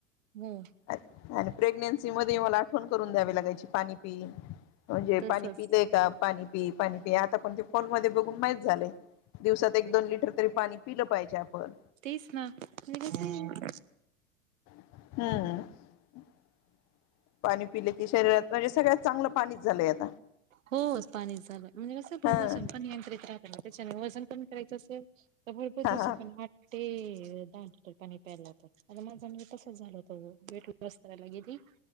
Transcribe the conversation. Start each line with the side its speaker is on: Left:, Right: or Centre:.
Right: हो
Left: अ आणि प्रेग्नेन्सी मध्ये मला आठवण करून द्यावी लागायची, पाणी पि म्हणजे
Right: तसच
Left: पाणी पिलंय का पाणी पी पाणी पी आता पण ते फोन मध्ये बघून माहीती झालंय दिवसात, एक दोन लिटर तरी पाणी पिलं पाहिजे, आपण
Right: तेच ना आणि कस आहे,
Left: हूं पाणी पिले की शरीरात म्हणजे सगळ्यात चांगलं पाणीच झालंय आत
Right: हो पाणी झालं म्हणजे कस आपलं
Left: हा
Right: वजन पण नियंत्रित राहत ना त्याच्याने वज कमी करायच असेल तर भरपूर
Left: हा
Right: दिवसातुन
Left: हा
Right: वाटते लिटर पाणी प्यायला लावतात आणि माझा आणि तसच झालं होत वेट लॉस करायला गेली